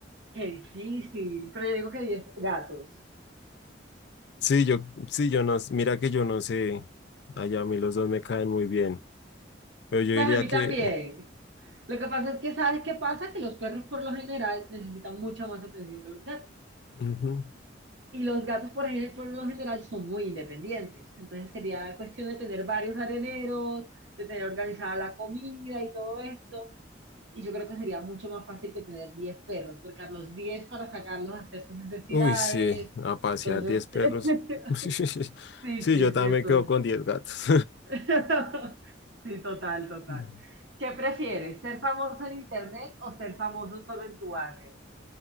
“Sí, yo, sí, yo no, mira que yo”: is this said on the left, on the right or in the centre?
Left